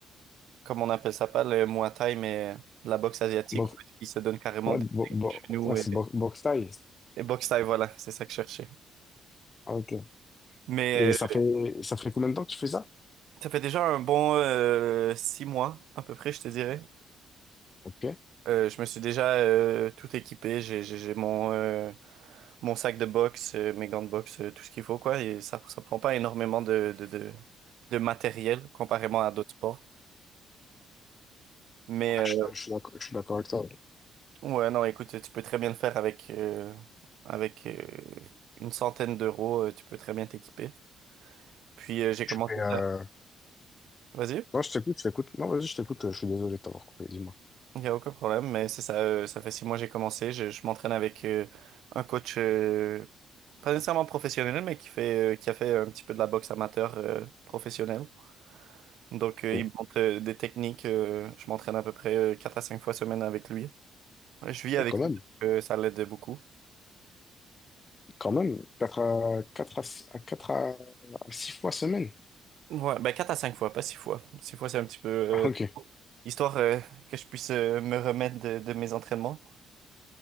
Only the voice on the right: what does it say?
comme on appelle ça, pas le Muay Thai, mais de la boxe asiatique,
où ils se donnent carrément
des
des genoux
et,
et boxe Thai, voilà, c'est ça que je cherchais.
Mais
euh,
ça fait déjà un bon euh, six mois, à peu près, je te dirais.
Euh, je me suis déjà euh, tout équipé. J'ai j'ai- j'ai mon, euh, mon sac de boxe, euh, mes gants de boxe, euh, tout ce qu'il faut, quoi. Et ça, ça prend pas énormément de, de, de, de matériel comparément à d'autres sports. Mais
euh,
ouais, non, écoute, tu peux très bien le faire avec, euh, avec euh, une centaine d'euros. euh, Tu peux très bien t'équiper. Puis euh, j'ai
commencé
ça. Vas-y,
il n'y a aucun problème. Mais c'est ça, euh, ça fait six mois que j'ai commencé. Je, je m'entraîne avec euh, un coach. euh, pas nécessairement professionnel, mais qui fait, euh, qui a fait un petit peu de la boxe amateur euh, professionnelle. Donc,
euh, il me montre euh, des techniques. euh, je m'entraîne à peu près euh, 4 à 5 fois semaine avec lui. Ouais, Je vis avec
lui, donc, euh, ça l'aide beaucoup.
Ouais, ben 4 à 5 fois, pas 6 fois. six fois, c'est un petit peu... euh,
histoire euh, que je puisse euh, me remettre de, de mes entraînements.